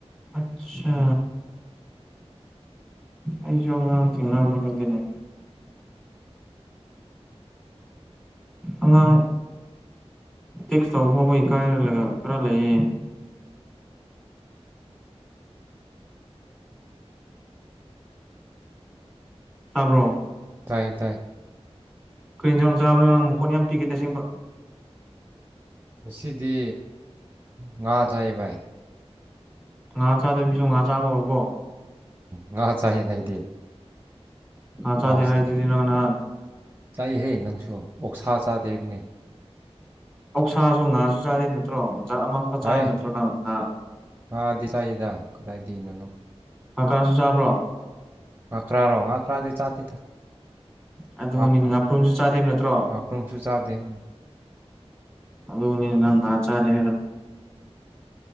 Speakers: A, in the centre; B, on the right (about 20°).
A: ꯑꯠꯁꯥ꯫ ꯑꯩꯖꯨ ꯑꯉꯥꯡ ꯊꯦꯡꯅꯕꯔ ꯈꯪꯗꯦꯅꯦ꯫
B: <inaudible>
A: ꯑꯉꯥꯡ ꯇꯦꯛꯁ ꯇꯧꯕ <unintelligible> ꯈꯔ ꯂꯩꯌꯦ ꯇꯥꯕ꯭ꯔꯣ꯫
B: ꯇꯥꯏꯌꯦ ꯇꯥꯏꯌꯦ꯫
A: ꯀꯩ ꯏꯟꯖꯥꯡ ꯆꯥꯕꯅꯣ ꯅꯪ ꯃꯈꯣꯟ ꯌꯥꯝ ꯄꯤꯛꯏꯗ ꯑꯁꯦꯡꯕ
B: ꯉꯁꯤꯗꯤ ꯉꯥ ꯆꯥꯏꯌꯦ ꯕꯥꯏ꯫
A: ꯉꯥ ꯆꯥꯗꯕ ꯃꯤꯁꯨ ꯉꯥ ꯆꯥꯕ ꯍꯧꯔꯕꯣ꯫
B: ꯉꯥ ꯆꯥꯏꯌꯦꯗ ꯑꯩꯗꯤ꯫
A: ꯉꯥ ꯆꯥꯗꯦ
B: ꯃꯍꯧꯁꯥꯅ
A: ꯍꯥꯏꯗꯨꯗꯤ ꯅꯪ ꯅꯍꯥꯟ꯫
B: ꯆꯥꯏꯍꯦ ꯅꯪꯁꯨ ꯑꯣꯛꯁꯥ ꯆꯥꯗꯦ ꯍꯥꯏꯕꯅꯤ꯫
A: ꯑꯣꯛꯁꯥꯁꯨ ꯉꯥꯁꯨ ꯆꯥꯗꯦ ꯍꯥꯏꯕ ꯅꯠꯇ꯭ꯔꯣ ꯉꯁꯥꯏ ꯑꯃꯈꯛꯇ ꯆꯥꯏ
B: ꯍꯩ
A: ꯍꯥꯏꯕ ꯅꯠꯇ꯭ꯔꯣ ꯉꯥ꯫
B: ꯉꯥꯗꯤ ꯆꯥꯏꯗ ꯀꯗꯥꯏꯗꯩꯩꯅꯣ ꯅꯪ꯫
A: ꯉꯀ꯭ꯔꯥꯁꯨ ꯆꯥꯕ꯭ꯔꯣ꯫
B: ꯉꯀꯔꯥ ꯔꯣ ꯉꯀꯔꯥꯗꯤ ꯆꯥꯗꯦꯗ
A: ꯑꯗꯨꯅꯤ
B: ꯉꯥꯄꯔꯨꯝ
A: ꯉꯥꯄ꯭ꯔꯨꯝꯁꯨ ꯆꯥꯗꯦꯕ ꯅꯠꯇ꯭ꯔꯣ
B: ꯑꯣꯛꯁꯨ ꯆꯥꯗꯦ ꯎꯝ꯫
A: ꯑꯗꯨꯅꯣ ꯅꯪ ꯆꯥꯗꯦ ꯍꯥꯏꯔ